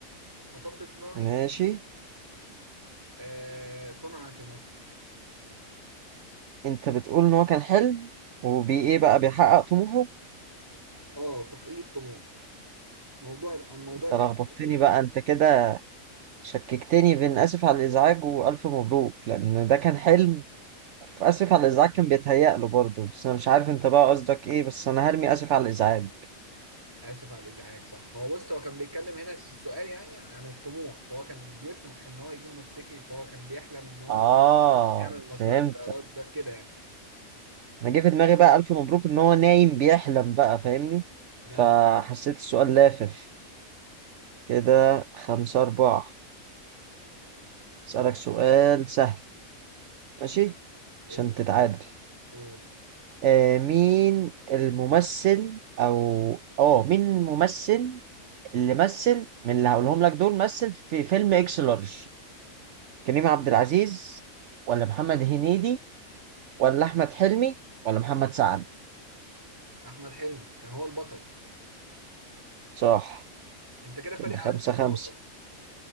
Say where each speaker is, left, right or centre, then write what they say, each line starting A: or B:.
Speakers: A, on the right; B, on the right.
A: مطب صناعي
B: ماشي
A: آه صنع في مصر
B: انت بتقول ان هو كان حلم وبي ايه بقى بيحقق طموحه
A: اه تحقيق الطموح موضوع عن موضوع
B: انت
A: الحلم
B: لخبطتني
A: وتحقيق
B: بقى
A: الطموح
B: انت كده شككتني بين اسف على الازعاج والف مبروك لان ده كان حلم في اسف على الازعاج كان بيتهيأ له برضه بس انا مش عارف انت بقى قصدك ايه بس انا هرمي اسف على الازعاج
A: اسف على الازعاج صح هو بص هو كان بيتكلم هنا في السؤال يعني عن الطموح فهو كان بيطمح ان هو يجيب موتوسيكل فهو كان بيحلم ان هو
B: اه
A: يعمل مشروع
B: فهمت
A: الطيارات ده كده يعني
B: انا جه في دماغي بقى الف مبروك ان هو نايم بيحلم بقى فاهمني
A: لا
B: فحسيت
A: لا
B: السؤال لافف كده خمسة أربعة أسألك سؤال سهل ماشي
A: اسف
B: عشان تتعادل
A: قول
B: آه مين الممثل أو أه مين الممثل اللي مثل من اللي هقولهم لك دول مثل في فيلم إكس لارج كريم عبد العزيز ولا محمد هنيدي ولا أحمد حلمي ولا محمد سعد
A: احمد حلمي كان هو البطل
B: صح
A: انت كده
B: كده
A: فارق
B: خمسة
A: عليك
B: خمسة
A: بالنقطه